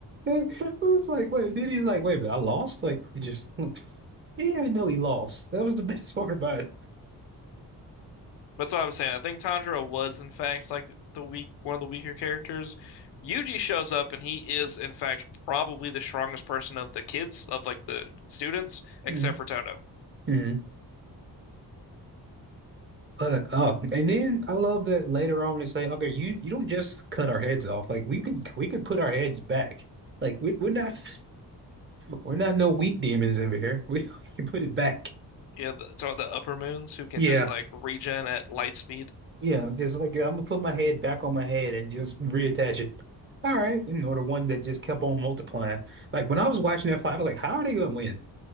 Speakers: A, on the right; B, on the left.
A: I was like, wait, then he's like, wait, but I lost? Like, he just, <laughs> like, he didn't even know he lost. That was the <laughs> best part about it.
B: That's what I'm saying. I think Tanjiro was in fact like the weak one of the weaker characters. Yuji shows up and he is in fact probably the strongest person of the kids of like the students, except
A: hmm
B: for Toto.
A: hmm But, uh, and then I love that later on they say, okay, you, you don't just cut our heads off. Like, we can, we can put our heads back. Like, we, we're not, <laughs> we're not no weak demons in here. We, <laughs> we can put it back.
B: Yeah, the, so the upper moons who can
A: Yeah.
B: just like regen at light speed.
A: Yeah. Just like, I'm gonna put my head back on my head and just reattach it. All right. You know, the one that just kept on multiplying. Like, when I was watching that fight, I was like, how are they gonna win?